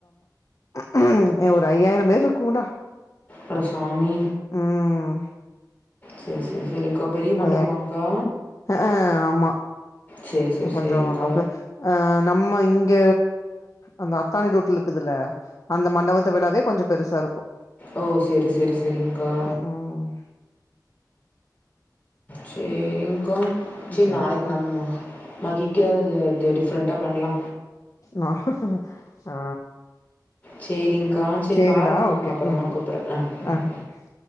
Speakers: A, on the left (about 45°); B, on the left (about 20°).
A: க்கும் ஒரு ஐயாயிரம் பேர் இருக்குங்கடா
B: அட சாமி
A: ம்
B: சரி, சரி, சரிங்க்கா. பெரிய மண்டபமாங்க்கா?
A: அ ஆ ஆமா
B: சரி, சரி,
A: கொஞ்சோ
B: சரிங்க்கா.
A: ஓரளவுக்கு அ நம்ம இங்க அந்த அத்தானி ரோட்டுல இருக்குதுல்ல அந்த மண்டபத்த விடாவே கொஞ்சோ பெருசா இருக்கு
B: ஓ செரி செரி செரிங்கா
A: ம் ம்
B: சேரிங்கா சேர்
A: சேரிடா
B: நாளைக்கு நம்ம மகிக்காத டேட்டே ஃப்ரெண்டா பண்லா
A: நா ஆ
B: சேரிங்கா சேரி
A: சேரிடா
B: பாருங்க உங்களுக்கு நா அப்பறமா
A: ம்
B: கூப்புட்ற ஆ ஆ
A: ஓகே